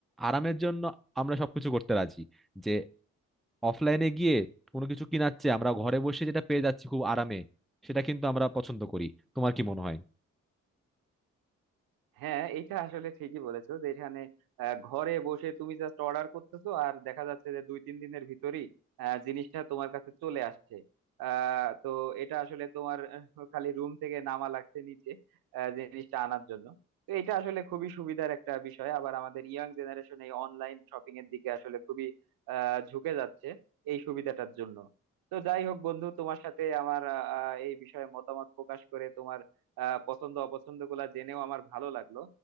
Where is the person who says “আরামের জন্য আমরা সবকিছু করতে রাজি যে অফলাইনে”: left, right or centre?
Centre